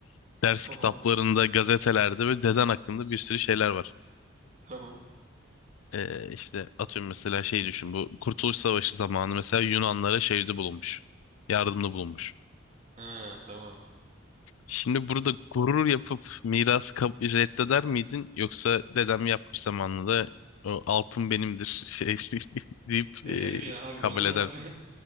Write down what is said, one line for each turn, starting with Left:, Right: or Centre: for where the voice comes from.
Left: ders
Right: Tamam.
Left: kitaplarında gazetelerde böyle deden hakkında bir sürü şeyler var.
Right: Tamam.
Left: E, işte atıyorum mesela şey düşün bu Kurtuluş Savaşı zamanı mesela Yunanlara şeyde bulunmuş. Yardımda bulunmuş.
Right: He, tamam.
Left: Şimdi burada gurur yapıp mirası kab- reddeder miydin? Yoksa dedem yapmış zamanında o altın benimdir şey <laughs> deyip
Right: Ederim
Left: e,
Right: ya abi
Left: kabul
Right: bana ne
Left: eder.
Right: abi? <laughs>